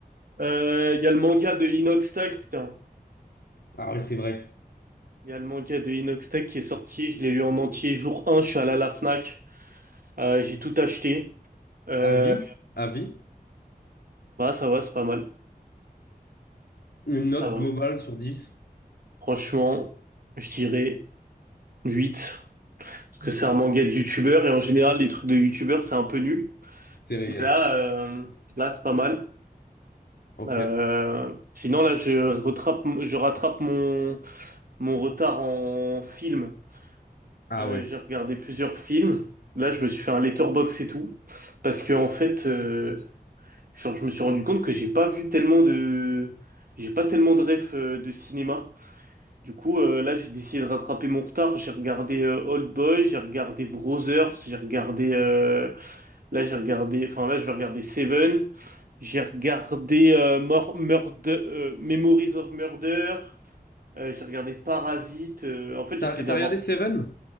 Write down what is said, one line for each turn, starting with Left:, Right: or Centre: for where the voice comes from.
Right: Euh, il y a le manga de Inoxtag, putain.
Left: Ah oui, c'est vrai.
Right: Il y a le manga de Inoxtag qui est sorti, je l'ai lu en entier jour un je suis allé à la Fnac, euh, j'ai tout acheté. Euh,
Left: Avis? Avis?
Right: bah ça va, c'est pas mal.
Left: Une note
Right: Ça va.
Left: globale sur 10,
Right: Franchement, je dirais huit Parce que c'est un manga de youtubeur et en général les trucs de youtubeur c'est un peu nul.
Left: c'est réel.
Right: Mais Là, euh, là c'est pas mal.
Left: Ok.
Right: Euh, sinon, là, je rattrape, je rattrape mon, mon retard en film.
Left: Ah
Right: Euh,
Left: ouais.
Right: j'ai regardé plusieurs films. Là, je me suis fait un letterbox et tout. Parce que, en fait, euh, genre, je me suis rendu compte que j'ai pas vu tellement de. J'ai pas tellement de refs euh, de cinéma. Du coup, euh, là, j'ai décidé de rattraper mon retard. J'ai regardé euh, Old Boy, j'ai regardé Brothers, j'ai regardé. euh, Là, j'ai regardé. Enfin, là, je vais regarder Seven. J'ai regardé euh, Mor- Murder- euh, Memories of Murder. euh, j'ai regardé Parasite. euh, en fait,
Left: T'as,
Right: j'essaie
Left: t'as
Right: d'avoir.
Left: regardé Seven?